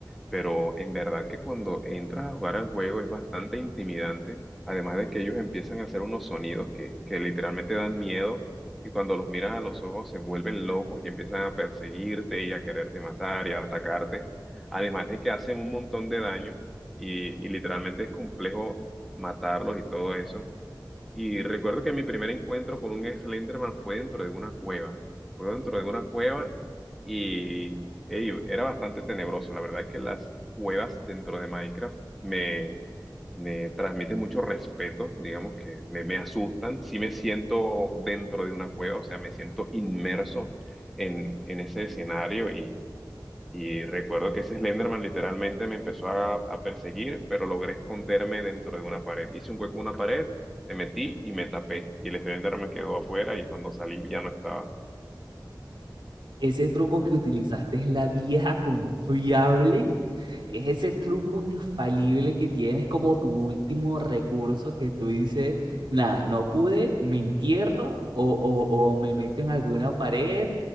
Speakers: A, in the centre; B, on the right (about 85°).
A: pero en verdad que cuando entras a jugar al juego es bastante intimidante, además de que ellos empiezan a hacer unos sonidos que, que literalmente dan miedo y cuando los miras a los ojos se vuelven locos y empiezan a perseguirte y a quererte matar y a atacarte. Además de que hacen un montón de daño, y, y literalmente es complejo matarlos y todo eso. Y recuerdo que mi primer encuentro con un Slenderman fue dentro de una cueva. Fue dentro de una cueva y ey, era bastante tenebroso. La verdad es que las cuevas dentro de Minecraft me, me transmiten mucho respeto, digamos que me, me asustan. Sí me siento dentro de una cueva, o sea, me siento inmerso en, en ese escenario y y recuerdo que ese Slenderman literalmente me empezó a, a perseguir, pero logré esconderme dentro de una pared. Hice un hueco en una pared, me metí y me tapé. Y el Slenderman quedó afuera y cuando salí ya no estaba.
B: Ese truco que utilizaste es la vieja confiable Es ese truco infalible que tienes como tu último recurso que tú dices, nada, no pude, me entierro o, o- o me meto en alguna pared